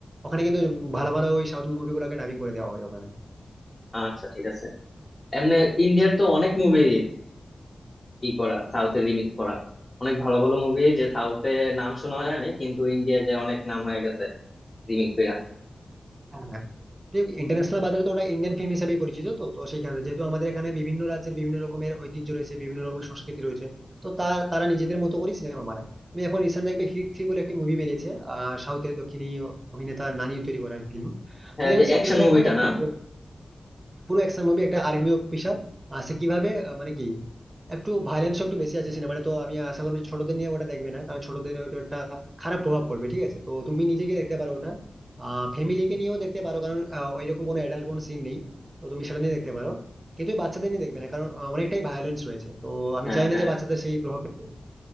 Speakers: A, on the right (about 35°); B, on the left (about 30°).
A: ওখানে কিন্তু ভালো ভালো ওই সাউথ মুভিগুলোকে ডাবিং করে দেওয়া হয় ওখানে
B: আচ্ছা ঠিক আছে এমনি ইন্ডিয়ার তো অনেক মুভি ই করা সাউথের রিমিক্স করা অনেক ভালো ভালো মুভি যে সাউথে নাম শোনা যায় না কিন্তু ইন্ডিয়া যে অনেক নাম হয়ে গেছে রিমিক্স কইরা
A: হ্যাঁ ইন্টারন্যাশনাল বাজারে তো ওটা ইন্ডিয়ান ফিল্ম হিসেবেই পরিচিত তো তো সেখানে যেহেতু আমাদের এখানে বিভিন্ন রাজ্যের বিভিন্ন রকমের ঐতিহ্য রয়েছে বিভিন্ন রকমের সংস্কৃতি রয়েছে তো তার তারা নিজেদের মতো করে সিনেমা বানায় তুমি এখন রিসেন্ট দেখবে হিট থ্রি বলে একটি মুভি বেরিয়েছে আহ সাউথের দক্ষিণী অভিনেতা নানির তৈরি করা ফিল্ম
B: হ্যাঁ
A: তো দেখবে
B: ওই যে অ্যাকশন
A: সেই ফিল্মটা
B: মুভিটা
A: এখন না
B: না
A: খুব পুরো অ্যাকশন মুভি একটা আর্মি অফিসার আর সে কিভাবে আহ, মানে কি একটু ভায়োলেন্স একটু বেশি আছে সিনেমাটা তো আমি আশা করবো যে ছোটদের নিয়ে ওটা দেখবে না কারণ ছোটদের হয়তো একটা খারাপ প্রভাব পড়বে ঠিক আছে তো তুমি নিজেকে দেখতে পারো ওটা আহ ফ্যামিলিকে নিয়েও দেখতে পারো কারণ আহ, ওইরকম কোনো অ্যাডাল্ট কোনো সিন নেই তো তুমি সেটা নিয়ে দেখতে পারো কিন্তু ওই বাচ্চাদের নিয়ে দেখবে না কারণ আহ, অনেকটাই ভায়োলেন্স রয়েছে তো আমি
B: হ্যাঁ
A: চাই না
B: হ্যাঁ
A: যে বাচ্চাদের সেই প্রভাবটা পড়ুক।